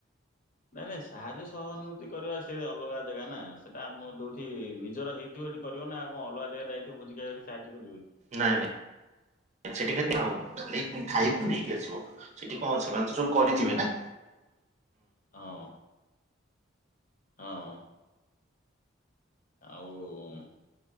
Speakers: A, on the left; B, on the right.
A: ନାଇଁ ନାଇଁ ସାହାଯ୍ୟ ସହାନୁଭୂତି କରିବା ସେ ଅଲଗା ଜାଗା ନା ସେଟା ଆମ ଯୋଉଠି ନିଜର ହେଇ ଥିବ କରିବ ନା, ଆଉ କଣ ଅଲଗା ଜାଗାରେ ଯାଇଥିବୁ ଭୋଜି ଖାଇବାକୁ ସେଠି ସାହାଯ୍ୟ କରିବ କି?
B: ନାଇଁ ସେଠି ଖାଲି <unintelligible> ନେଇକି, ଖାଇକି
A: ଆଉ
B: ନେଇକି ଆସିବ। ସେଠି କଣ ସେମାନେ ତ ସବୁ କରିଥିବେ ନା?
A: ହଁଅ ହଁ। ଆଉ